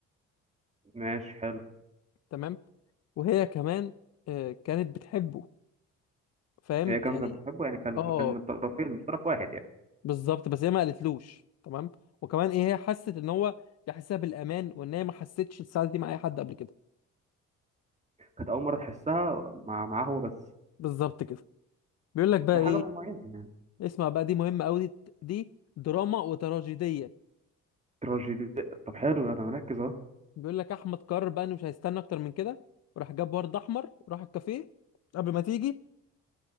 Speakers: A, on the right (about 20°); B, on the left (about 55°).
A: ماشي حلو
B: تمام؟ وهي كمان آه، كانت بتحبه فاهم
A: هي كمان
B: يعني
A: كانت بتحبه يعني كان
B: اه
A: كان من طرفين مش طرف واحد يعني
B: بالظبط بس هي ما قالتلوش تمام وكمان ايه هي حست ان هو بيحسها بالامان وان هي ما حستش السعاده دي مع اي حد قبل كده
A: كانت اول مره تحسها مع معاه هو بس
B: بالظبط كده بيقول لك بقى
A: دي
B: ايه
A: حاجه مميزه يعني
B: اسمع بقى دي مهمة قوي دي دي دراما وتراجيدية
A: تراجيدي طب حلو يعني مركز اهو
B: بيقول لك احمد قرر بقى انه مش هيستنى اكتر من كده وراح جاب ورد احمر وراح الكافيه قبل ما تيجي